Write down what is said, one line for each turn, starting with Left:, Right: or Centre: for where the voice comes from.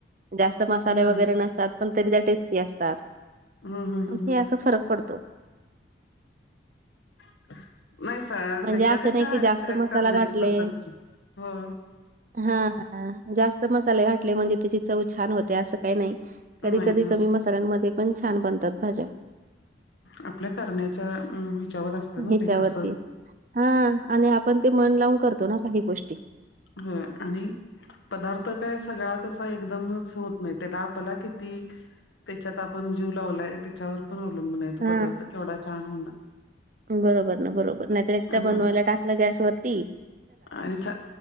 Right: जास्त मसाले
Left: हं,
Right: वगैरे नसतात पण तरी त्या टेस्टी असतात
Left: हं, हं, हं,
Right: हे
Left: हं.
Right: अस फरक पडतो
Left: <inaudible> नाही सह
Right: म्हणजे
Left: ज्याच्या
Right: असं
Left: त्याच्या
Right: नाही की
Left: ह्या
Right: जास्त मसाला
Left: करण्याच्या
Right: घातले
Left: पद्धतीचा हो
Right: हां जास्त मसाले घाटले म्हणजे त्याची चव छान होते अस काही नाही कधी
Left: नाही
Right: कधी
Left: हां.
Right: कमी मसाल्यांमध्ये पण छान बनतात भाज्या
Left: आपल्या करण्याच्या हेच्यावर असत
Right: ह्याच्यावरती
Left: ना ते कस
Right: हां आणि आपण ते मन लावुन करतो ना काही गोष्टी
Left: हं आणि पदार्थ काय सगळाच एकदमच होत नाही त्याला आपल्याला किती त्याच्यात आपण जीव लावलाय त्याच्यावर अवलंबुन आहे तो
Right: हा
Left: पदार्थ केवढा छान होणार.
Right: बरोबर ना बरोबर तर एकदा
Left: हां.
Right: बनवायला टाक गॅस वरती
Left: आणि च